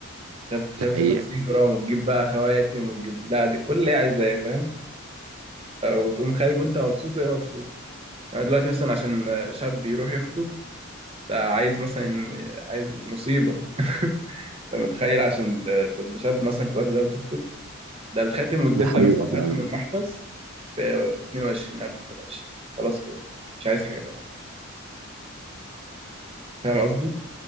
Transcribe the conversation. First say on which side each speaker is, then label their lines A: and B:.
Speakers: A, on the right; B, on the right.
A: شب- شبكة
B: ده حقيقة
A: 50 جرام وتجيب بقى خواتم وتجيب لا دي كل اللي هي عايزاه فاهم او تقوم خارج وانت مبسوط وهي مبسوطة يعني دلوقتي مثلا عشان شاب يروح يخطب ده عايز مثلا عايز مصيبة <laughs> انت متخيل عشان تبقى شاب مثلا في الوقت ده وتخطب ده الخاتم والدبلة
B: ده حقيقة
A: مثلا الخاتم
B: فعلا
A: والمحبس ب 22000 23 خلاص كده مش عايز حاجة تانية فاهم قصدي؟